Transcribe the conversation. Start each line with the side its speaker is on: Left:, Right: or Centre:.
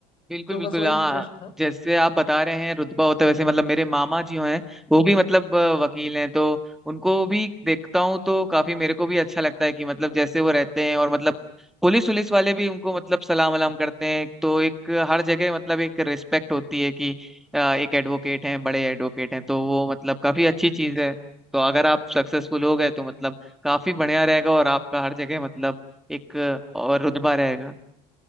Centre: बिल्कुल
Left: तो
Centre: बिल्कुल
Left: बस वही
Centre: हाँ
Left: इंटरेस्ट था
Centre: जैसे आप बता रहे हैं रुतबा होता है वैसे मतलब मेरे मामा जी हैं वो भी मतलब अ, वकील हैं तो उनको भी देखता हूँ तो काफी मेरे को भी अच्छा लगता है कि मतलब जैसे वो रहते हैं और मतलब पुलिस पुलिस वाले भी उनको मतलब सलाम वलाम करते हैं तो एक हर जगह मतलब एक रिस्पेक्ट होती है कि अ, एक एडवोकेट हैं बड़े एडवोकेट हैं तो वो मतलब काफी अच्छी चीज है तो अगर आप सक्सेसफुल हो गए तो मतलब काफी बढ़िया रहेगा और आपका हर जगह मतलब एक अ, और रुतबा रहेगा